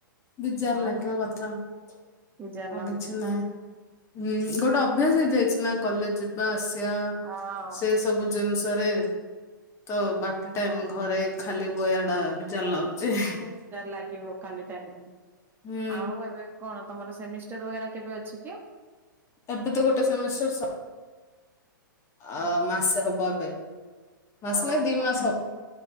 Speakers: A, on the left (about 25°); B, on the right (about 20°).
A: ବିଜାର
B: ଆଉ
A: ଲାଗିବା କଥା ଆଉ
B: ବିଜାର ଲାଗୁଛି।
A: କିଛି ନାହିଁ। ହୁଁ ଗୋଟେ ଅଭ୍ୟାସ ହେଇ ଯାଇଛି ନା କଲେଜେ ଯିବା ଆସିବା
B: ହଁ
A: ସେ ସବୁ ଜିନିଷରେ ତ ବାକି ଟାଇମ୍
B: ହଁ
A: ଘରେ ଖାଲି ବୟାଟା ବି ଜାର ଲାଗୁଚି। ଯେହେ।
B: ଲାଗିବ କାଲିଟାମ୍ ରେ
A: ହୁଁ
B: ଆଉ ଏବେ କଣ ତମର ସେମିଷ୍ଟାର ଓୟାର କେବେ ଅଛି? କି ଉଁ।
A: ଏବେତ ଗୋଟେ ସେମିଷ୍ଟାର ସ ଅ ମାସେ ହବ ଏବେ ମାସ
B: ଓହୋ
A: ନାଇଁ ଦି ମାସ।